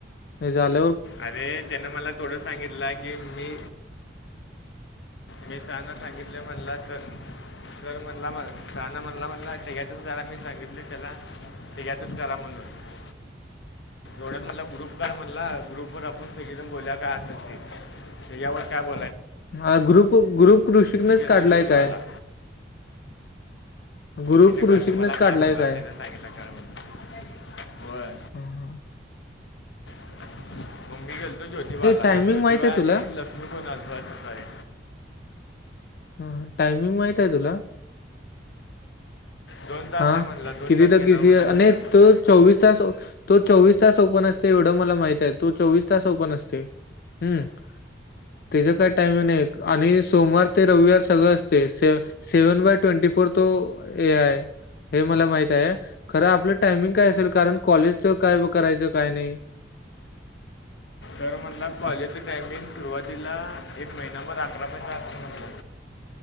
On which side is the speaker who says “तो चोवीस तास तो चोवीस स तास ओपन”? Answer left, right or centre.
Left